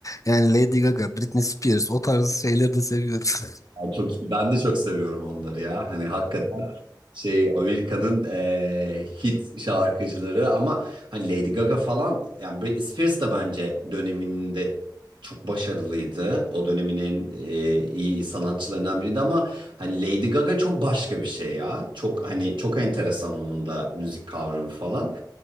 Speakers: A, on the left; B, on the right.
A: Yani Lady Gaga, Britney Spears o tarz şeyleri de seviyorum. <laughs>
B: Aa, çok iyi. Ben de çok seviyorum onları ya. Hani hakikaten şey Amerika'nın eee, hit şarkıcıları ama hani Lady Gaga falan yani Britney Spears da bence döneminde çok başarılıydı. O dönemin en eee, iyi sanatçılarından biriydi ama hani Lady Gaga çok başka bir şey ya. Çok hani çok enteresan onun da müzik kavramı falan.